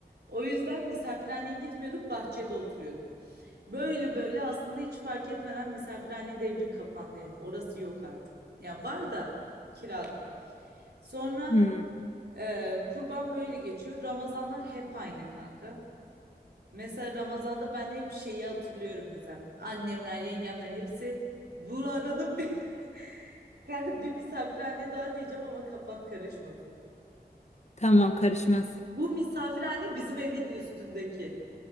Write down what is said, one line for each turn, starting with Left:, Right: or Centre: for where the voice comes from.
Right: O yüzden misafirhaneye gitmiyorduk, bahçede oturuyorduk. Böyle böyle aslında hiç fark etmeden misafirhane devri kapandı yani. Orası yok artık. Ya var da kirada. Sonra
Left: Hmm,
Right: ee, kurban böyle geçiyor. Ramazanlar hep aynı kanka. Mesela Ramazan'da ben hep şeyi hatırlıyorum mesela. Annemler, yengemler hepsi bu arada bir, <laughs> kanka bir misafirhane daha diyeceğim ama kafan karışmasın.
Left: tamam karışmaz.
Right: Bu misafirhane bizim evin üstündeki